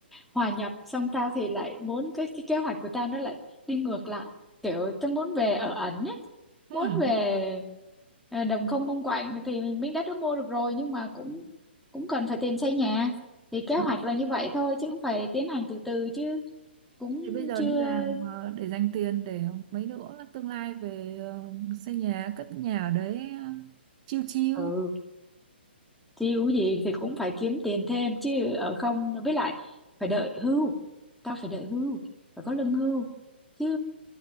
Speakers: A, in the centre; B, on the right.
A: hòa nhập xong tao thì lại muốn cái, cái kế hoạch của tao nó lại đi ngược lại kiểu tao muốn về ở ẩn ấy
B: Hmm.
A: muốn về à, đồng không mông quạnh thì miếng đất đó mua được rồi nhưng mà cũng cũng cần phải tiền xây nhà thì kế
B: Ừ.
A: hoạch là như vậy thôi chứ cũng phải tiến hành từ từ chứ cũng
B: Thì bây giờ
A: chưa
B: đi làm ờ, để dành tiền để mấy nữa tương lai về ờ, xây nhà cất nhà ở đấy ờ, chiêu chiêu
A: ừ chiêu gì thì cũng phải kiếm tiền thêm chứ ở không với lại phải đợi hưu tao phải đợi hưu phải có lương hưu chứ